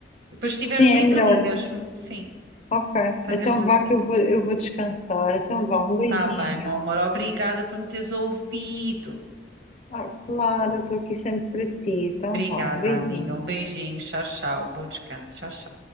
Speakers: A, on the right; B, on the left.
A: Depois, se estiveres
B: Sim,
A: livre,
B: é melhor.
A: ligas-me. Sim,
B: Ok,
A: fazemos
B: então
A: assim.
B: vá que eu vou, eu vou descansar, então vá, um beijinho.
A: Tá bem, meu amor. Obrigada por me teres ouvido.
B: Ah, claro, estou aqui sempre para ti, então
A: Obrigada,
B: vá, um beijinho.
A: amiga. Um beijinho. Tchau, tchau. Bom descanso. Tchau, tchau.